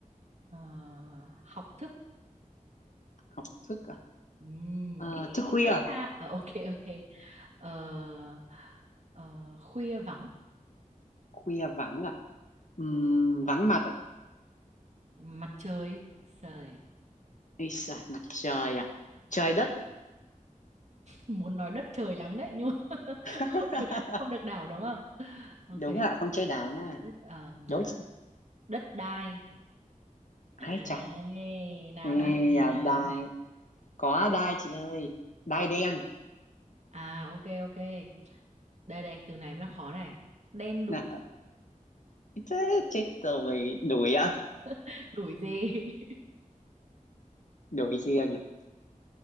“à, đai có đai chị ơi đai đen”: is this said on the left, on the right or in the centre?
Left